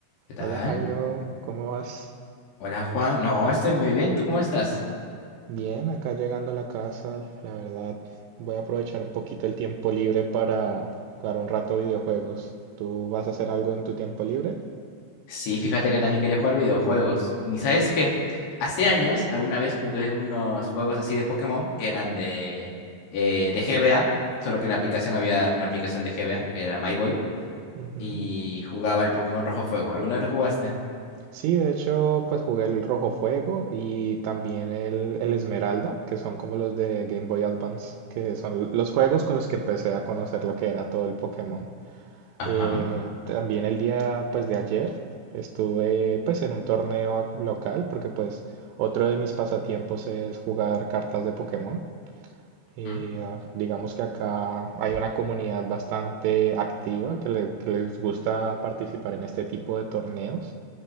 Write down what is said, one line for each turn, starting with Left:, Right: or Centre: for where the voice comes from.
Left: ¿Qué tal?
Right: Hola Jairo, ¿cómo vas?
Left: Hola Juan, no, estoy muy bien, ¿tú cómo estás?
Right: Bien, acá llegando a la casa, la verdad, voy a aprovechar un poquito el tiempo libre para jugar un rato videojuegos. ¿Tú vas a hacer algo en tu tiempo libre?
Left: Sí, fíjate que también quería jugar videojuegos. ¿Y sabes qué? Hace años alguna vez jugué unos juegos así de Pokémon que eran de, eh, de GBA, solo que en la aplicación había una aplicación de GBA que era My Boy
Right: Ujú.
Left: y jugaba el Pokémon Rojo Fuego. ¿Alguna vez lo jugaste?
Right: Sí, de hecho, pues jugué el Rojo Fuego y también el, el Esmeralda, que son como los de Game Boy Advance, que son los juegos con los que empecé a conocer lo que era todo el Pokémon.
Left: Ajá.
Right: Eh, también el día pues de ayer estuve pues en un torneo local porque pues otro de mis pasatiempos es jugar cartas de Pokémon. Y
Left: ¿Mm?
Right: ah, digamos que acá hay una comunidad bastante activa que, le- que les gusta participar en este tipo de torneos.